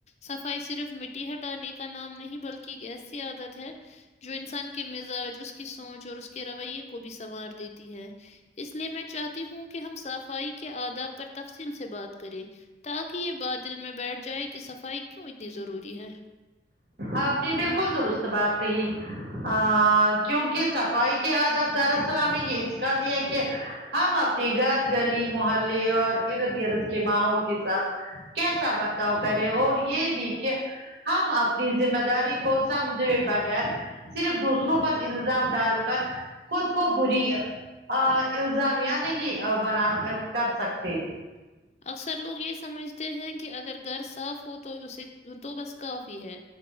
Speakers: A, on the left; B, on the right.
A: صفائی صرف مٹی ہٹانے کا نام نہیں بلکہ ایک ایسی عادت ہے جو انسان کے مزاج اس کی سوچ اور اس کے رویے کو بھی سنوار دیتی ہے اس لیے میں چاہتی ہوں کہ ہم صفائی کے آداب پر تفصیل سے بات کریں تاکہ یہ بات دل میں بیٹھ جائے کہ صفائی کیوں اتنی ضروری ہے
B: آپ نے بالکل درست بات کہی ا کیونکہ صفائی کے آداب دراصل ہمیں یہ سکھاتی ہیں کہ ہم اپنے گھر گلی محلے اور ارد گرد کے ماحول کے ساتھ کیسا برتاؤ کرے اور یہ بھی کہ ہم اب ذمہ داری کو سمجھے بغیر صرف دوسروں پر الزام ڈال کر خود کو بری الزامیہ نہیں بنا کر سکتے
A: اکثر لوگ یہ سمجھتے ہیں کہ اگر گھر صاف ہو تو اسے تو بس کافی ہے